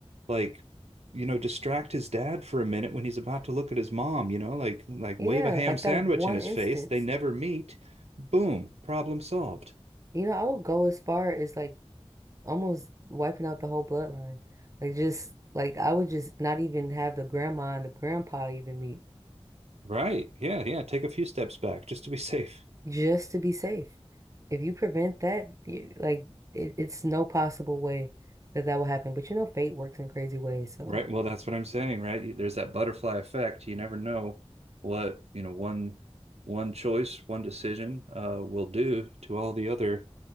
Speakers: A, on the right; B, on the right.
A: like, you know, distract his dad for a minute when he's about to look at his mom, you know, like like
B: Yeah,
A: wave a ham
B: like
A: sandwich
B: that one
A: in his
B: instance.
A: face. They never meet. Boom, problem solved.
B: You know, I would go as far as like almost wiping out the whole bloodline. Like just like I would just not even have the grandma and the grandpa even meet
A: Right. Yeah, yeah. Take a few steps back just to be <laughs> safe.
B: just to be safe. If you prevent that, you, like it, it's no possible way that that will happen. But you know, fate works in crazy ways, so.
A: Right. Well, that's what I'm saying, right? There's that butterfly effect. You never know what, you know, one one choice, one decision uh will do to all the other